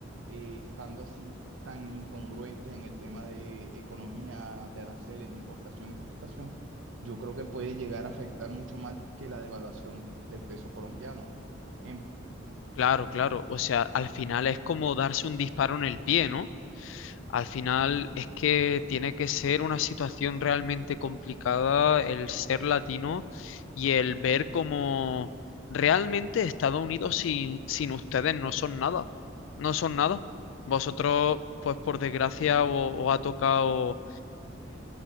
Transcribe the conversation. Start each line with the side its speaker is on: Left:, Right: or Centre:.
Right: eh, estando así tan incongruentes en el tema de economía, de aranceles, de importación y exportación, yo creo que puede llegar a afectar mucho más que la devaluación del peso colombiano. Por ejemplo,
Left: Claro, claro. O sea, al final es como darse un disparo en el pie, ¿no? Al final es que tiene que ser una situación realmente complicada el ser latino y el ver cómo realmente Estados Unidos sin, sin ustedes no son nada, no son nada. Vosotros, pues por desgracia, o- os ha tocado